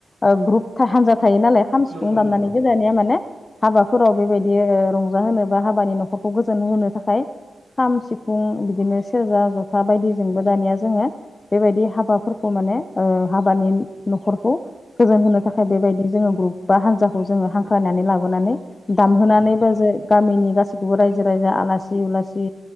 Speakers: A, on the left (about 35°); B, on the right (about 65°).
A: ओ ग्रुपथा हान्जा थायो नालाय खाम सिफुं
B: नंगौ
A: दामनानैबो
B: नंगौ नंगौ
A: दानिया माने हाबाफोराव बेबायदि रंजाहोनो बा हाबानि न'खरखौ गोजोन होनो थाखाय खाम सिफुं बिदिनो सेरजा ज'था बायदिजोंबो दानिया जोङो बेबायदि हाबाफोरखौ माने ओ हाबानि न'खरखौ गोजोन होनो
B: औ
A: थाखाय बेबायदि जोङो ग्रुप बा हान्जाखौ जोङो हांख्रायनानै लाबोनानै दामहोनानैबो
B: ओं
A: जो गामिनि गासैखौबो रायजो- राजा आलासि उलासि